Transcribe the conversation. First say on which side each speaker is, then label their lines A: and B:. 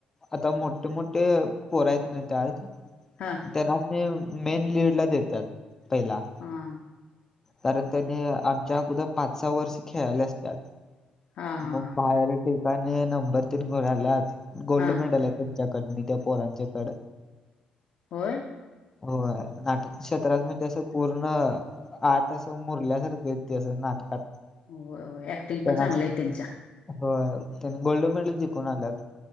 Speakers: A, on the left; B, on the left.
A: आता मोठे मोठे पोर आहेत ना त्यात
B: हा.
A: त्यांनाच मेन लीडला देतात पहिला
B: हा
A: कारण त्यानी आमच्या अगोद पाच सहा वर्ष खेळाले असत्यात.
B: हा हा
A: मग
B: हा
A: बाहेर ठिकाणी नंबर तीन बघाल्यात गोल्ड
B: हा
A: मेडल आहेत. त्यांच्याकडणी त्या पोरांच्याकड
B: होय.
A: होय नाटक क्षेत्रात म्हणजे असं पूर्ण आता असं मुरल्यासारखं इतिहास ये नाटकात.
B: व्हय व्हय ऍक्टिंग
A: त्यांना
B: पण चांगलं
A: असं-
B: आहे त्यांच्या.
A: होय त्यांनी गोल्ड मेडल जिकून आल्यात.